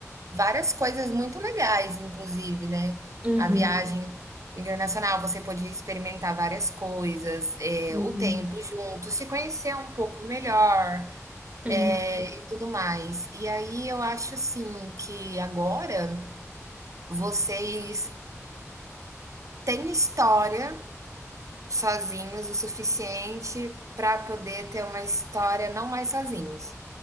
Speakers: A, on the right; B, on the right.
A: Várias coisas muito legais, inclusive, né.
B: Uhum.
A: A viagem internacional, você podia experimentar várias coisas, eh,
B: Uhum.
A: o tempo junto, se conhecer um pouco melhor,
B: uhum.
A: eh, e tudo mais. E aí eu acho, assim, que agora vocês têm história sozinhos o suficiente para poder ter uma história não mais sozinhos.